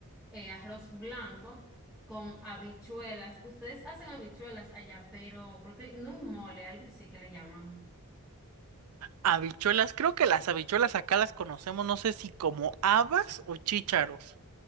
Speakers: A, in the centre; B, on the right.
A: eh, arroz blanco con habichuelas. Ustedes hacen habichuelas allá, pero creo que no es mole, algo así que le llaman.
B: Habichuelas, creo que las habichuelas acá las conocemos, no sé si como habas o chícharos.